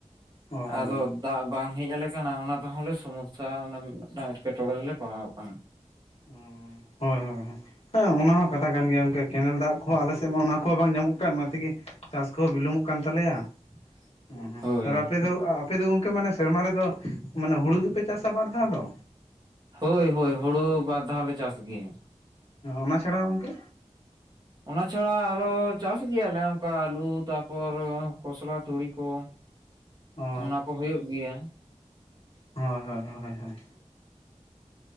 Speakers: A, on the left (about 55°); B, on the right (about 35°).
A: ᱚ ᱦᱳᱭ
B: ᱟᱫᱚ ᱫᱟᱜ ᱵᱟᱝ ᱦᱮᱡ ᱟᱞᱮ ᱠᱟᱱᱟ ᱚᱱᱟ ᱛᱮᱦᱚᱸᱞᱮ ᱥᱚᱢᱚᱥᱟ ᱢᱤᱫᱴᱟᱝ ᱮᱴᱠᱮᱴᱚᱬᱮ ᱨᱮᱞᱮ ᱯᱟᱲᱟᱣ ᱟᱠᱟᱱᱟ
A: ᱦᱳᱭ ᱦᱳᱭ ᱦᱮᱸ ᱚᱱᱟ ᱦᱚᱸ ᱠᱟᱛᱷᱟ ᱠᱟᱱ ᱜᱮᱭᱟ ᱜᱚᱝᱠᱮ ᱠᱮᱱᱮᱞ ᱫᱟᱜ ᱠᱚᱦᱚᱸ ᱟᱞᱮᱥᱮᱫ ᱢᱟ ᱚᱱᱟ ᱠᱚᱦᱚᱸ ᱵᱟᱝ ᱧᱟᱢᱚᱜ ᱠᱟᱱ ᱚᱱᱟ ᱛᱮᱜᱮ ᱪᱟᱥ ᱠᱚ ᱵᱤᱞᱚᱢᱚᱜ ᱠᱟᱱ ᱛᱟᱞᱮᱭᱟ
B: <inaudible>
A: ᱦᱩ ᱦᱩᱸ
B: ᱦᱳᱭ
A: ᱟᱨ ᱟᱯᱮ ᱫᱚ ᱟᱯᱮ ᱫᱚ ᱜᱚᱝᱠᱮ ᱢᱟᱱᱮ ᱥᱮᱨᱢᱟ ᱨᱮᱫᱚ ᱢᱟᱱᱮ ᱦᱩᱲᱩ ᱜᱮᱯᱮ ᱪᱟᱥᱟ ᱵᱟᱨ ᱫᱷᱟᱣ ᱫᱚ
B: ᱦᱳᱭ ᱦᱳᱭ ᱦᱳᱲᱳ ᱵᱟᱨ ᱫᱷᱟᱣ ᱞᱮ ᱪᱟᱥ ᱜᱮᱭᱟ
A: ᱚᱱᱟ ᱪᱷᱟᱲᱟ ᱜᱚᱝᱠᱮ
B: ᱚᱱᱟ ᱪᱷᱟᱲᱟ ᱟᱨᱚ ᱪᱟᱥ ᱜᱮᱭᱟᱞᱮ ᱚᱱᱠᱟ ᱟᱞᱩ ᱛᱟᱯᱚᱨ ᱠᱷᱚᱥᱞᱟ ᱛᱩᱲᱤ ᱠᱚ
A: ᱚ
B: ᱚᱱᱟ ᱠᱚ ᱦᱳᱭᱳᱜ ᱜᱮᱭᱟ
A: ᱦᱳᱭ ᱦᱳᱭ ᱦᱚᱳᱭ ᱦᱳᱭ